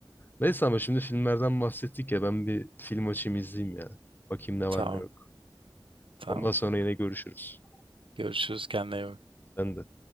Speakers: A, on the left; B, on the right.
A: Neyse ama şimdi filmlerden bahsettik ya ben bir film açayım izleyeyim ya. Bakayım ne var
B: Tamam.
A: ne yok.
B: Tamam.
A: Ondan sonra yine görüşürüz.
B: Görüşürüz. Kendine iyi bak.
A: Sen de.